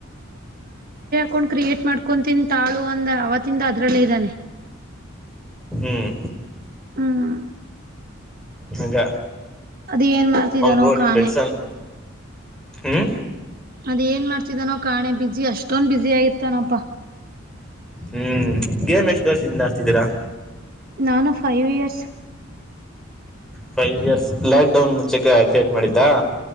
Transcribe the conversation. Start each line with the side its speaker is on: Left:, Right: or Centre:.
Right: ಕೊಂಡ್ ಕ್ರಿಯೇಟ್ ಮಾಡ್ಕೊಂತಿನ ತಾಳು ಅಂದ ಅವತ್ತಿಂದ ಅದ್ರಲ್ಲೇ ಇದ್ದಾನೆ.
Centre: ಹ್ಮ್
Right: ಹ್ಮ್
Centre: ಹಂಗ
Right: ಅದ ಏನ್ ಮಾಡ್ತಿದಾನೋ
Centre: ಅವನ್ ಬ್ರೋ ನಿಮ್
Right: ಕಾಣೆ
Centre: ಫ್ರೆಂಡಸಲ್ ಹ್ಮ್.
Right: ಅದೆನ ಮಾಡ್ತಿದನೋ ಕಾಣೆ ಬಿಜಿ ಅಷ್ಟೊನ್ ಬಝಿ ಆಗಿರ್ತಾನಪ್ಪಾ.
Centre: ಹ್ಮ್ ಗೇಮ್ ಎಷ್ಟ ವರ್ಷದಿಂದ ಆಡತಿದೀರಾ.
Right: ನಾನು five years.
Centre: Five years lockdown ಮುಂಚೆಕ ಕ್ರಿಯೇಟ್ ಮಾಡಿದ್ದ.